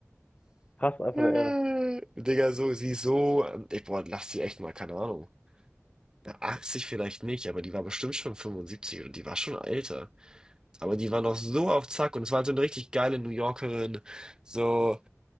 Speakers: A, on the left (about 30°); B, on the right (about 15°).
A: Krass, einfach
B: Äh,
A: eine Ehre.
B: Digga, so, sie ist so, ähm, ich, boah, lass sie echt mal, keine Ahnung. Na, 80 vielleicht nicht, aber die war bestimmt schon 75 oder die war schon älter. Aber die war noch so auf Zack und es war halt so eine richtig geile New Yorkerin. So,